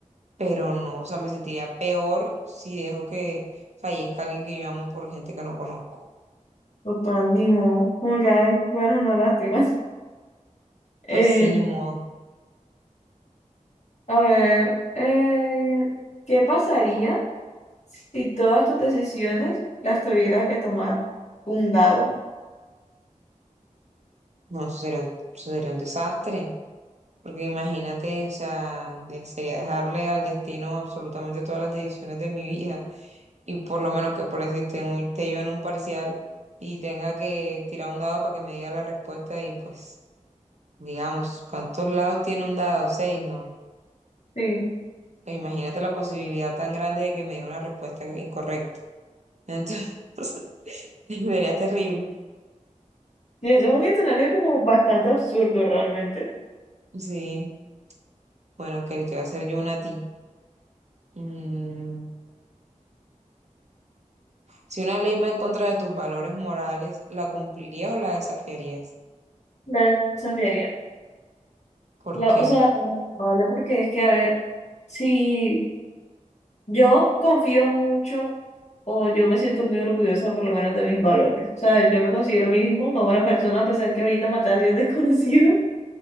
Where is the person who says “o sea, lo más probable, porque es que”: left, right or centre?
Left